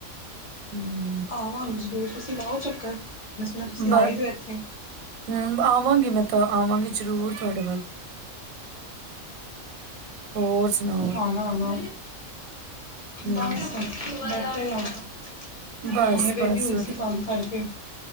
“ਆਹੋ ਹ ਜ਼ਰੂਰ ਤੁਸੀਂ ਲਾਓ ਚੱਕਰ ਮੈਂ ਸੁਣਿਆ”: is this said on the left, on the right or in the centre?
Left